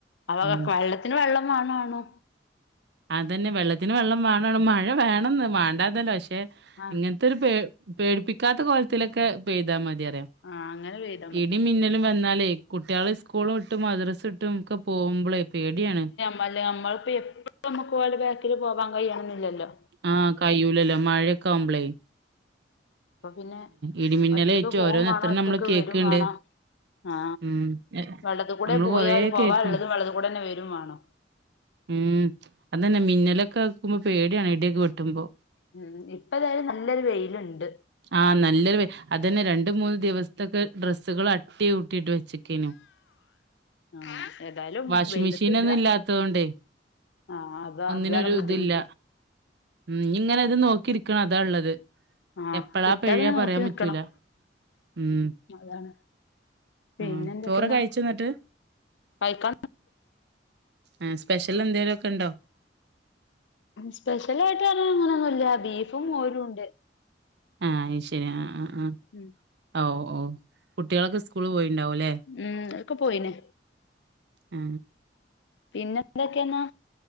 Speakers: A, on the left; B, on the right.
A: അവെ
B: ഉം
A: വെള്ളത്തി ഇതിന് വെള്ളം വാണോ ആണോ
B: അതന്നെ വെള്ളത്തിന് വെള്ളം വേണണം മഴ വേണംന്ന് മാണ്ടാന്നല്ല പക്ഷെ
A: ആഹ്
B: ഇങ്ങൻത്തൊരു പേ പേടിപ്പിക്കാത്ത കോലത്തിലൊക്കെ പെയ്താ മതി അറിയാ
A: ആഹ് അങ്ങനെ പെയ്താ മതി
B: ഇ മിന്നലും വന്നാലേ കുട്ട്യാള് സ്കൂളും ഇട്ടും മദ്രസ ഇട്ടും ഒക്കെ പോകുമ്പളെ പേട്യാണ്.
A: മല്ല നമ്മള് ഇപ്പോ എപ്ലം നമുക്ക് ഓലെ ബേക്കില് പോവാൻ കഴണംന്നില്ലല്ലൊ.
B: ആ കയ്യൂലല്ലൊ. മഴയൊക്കെ ആവുമ്പളെ.
A: അപ്പൊ പിന്നെ
B: ഇടിമിന്നലേറ്റും
A: ഒറ്റക്ക് പോകും
B: ഓരോന്ന്
A: വാണം.
B: എത്ര
A: ഒറ്റക്ക്
B: നമ്മള് കേക്ക്ണ്ട്
A: വരും വേണം. ആ
B: ഉം എ
A: വെള്ളത്തി കൂടെ
B: നമ്മള്
A: പോയാൽ
B: കൊറേ
A: പോവാള്ളതും
B: കേക്ക്ണ്
A: വെള്ളത്ത് കൂടെന്നെ വരും വാണം.
B: ഉം അതന്നെ മിന്നലൊക്കെ ആക്കുമ്പം പേട്യാണ്. ഇട്യാെക്കെ വെട്ടുമ്പോ.
A: ഉം ഇപ്പ എതായാലും നല്ലൊരു വെയില്ണ്ട്.
B: ആ നല്ലൊരു അതന്നെ രണ്ട് മൂന്ന് ദിവസത്തൊക്കെ ഡ്രസ്സുകള് അട്ടിയൂട്ടിട്ട് വെച്ചക്കേനു.
A: ആ ഏതായാലും
B: വാഷിംഗ്
A: വെയിലത്ത്
B: മെഷീനൊന്നും
A: ഇട.
B: ഇല്ലാത്തതോണ്ടേ
A: ആ അത
B: ഒന്നിനൊരു
A: അതാണ് ബുദ്ധിമുട്ട്.
B: ഇതില്ല ഉം ഇഞ് ഇങ്ങനെ ഇത് നോക്കി ഇരിക്കണം അതാ ഇള്ളത്.
A: ആഹ്
B: എപ്പളാ
A: കിട്ടാ
B: പെയ്യ
A: പിന്നെ നോക്കി
B: പറയാൻ
A: നിക്കണം
B: പറ്റൂല. ഉം
A: അതാണ്. പിന്നെ
B: ആഹ്
A: എന്തൊക്കേന്നാ
B: ചോറ് കഴിച്ചോ ന്നിട്ട്
A: കൈക്ക
B: ആ സ്പെഷ്യൽ എന്തേലൊക്കെ ഇണ്ടോ?
A: സ്പെഷ്യൽ ആയിട്ട് അങ്ങനൊന്നുല്ല. ബീഫും, മോരും ഇണ്ട്.
B: ആ അഹ് ശെരിയ. ആ ആ
A: ഉം
B: ആ ഓ ഓ കുട്ടികളൊക്കെ സ്കൂള് പോയിണ്ടാവുലെ.
A: ഉം ഒക്കെ പോയിന്
B: ആ
A: പിന്നെ എന്തൊക്കെന്നാ.